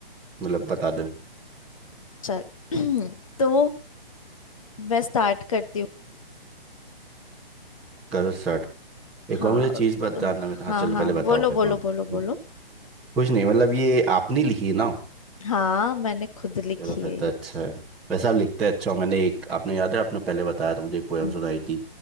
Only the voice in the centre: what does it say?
मतलब बता दे
करो स्टार्ट एक
और मुझे चीज़ बताना
में हाँ
चलो
पहले बताओ
फिर
हाँ
हम्म, कुछ नहीं मतलब ये आपने लिखी है ना
चलो फिर
तो
अच्छा है वैसे आप लिखते हैं अच्छा हो। मैंने एक आपने याद है आपने पहले बताया था मुझे एक पोएम
सुनाई थी